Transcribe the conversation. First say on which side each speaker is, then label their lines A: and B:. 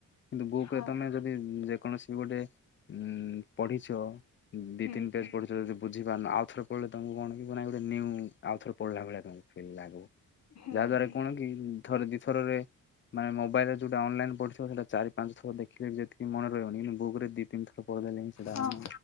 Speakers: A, on the left; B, on the left.
A: କିନ୍ତୁ ବଉ
B: ହଁ
A: କୁହେ ତମେ ଯଦି କୌଣସି ବି ଗୋଟେ ଉଁ ପଢିଛ ଦି
B: ହୁଁ
A: ତିନି
B: ହୁଁ
A: ପେଜ ପଢିଛ ଯଦି ବୁଝିପାରିନ ଆଉ ଥରେ ପଢିଲେ ତମକୁ କଣ କି ମାନେ ଗୋଟେ ନୀଉଁ ଆଉ ଥରେ ପଢିଲା ଭଳିଆ ତମକୁ ଫୀଲ ଲାଗେବ।
B: ହୁଁ
A: ଯାହା ଦ୍ଵାରା
B: ହୁଁ
A: କଣ କି ଥରେ ଦିଥରରେ ମାନେ ମୋବାଇଲ ରେ ଯୋଉଟା ଅନଲାଇନ ପଢିିଥିବ ସେଟା ଚାରି ପାଞ୍ଚ ଥର ଦେଖିଲେ ବି ଯେତିକି ମନେ ରହିବ ଗୁରେ ଦି ତିନି ଥର ପଢଦେଲେ ହିଁ ସେଡ଼ା
B: ହଁ
A: ମାନେ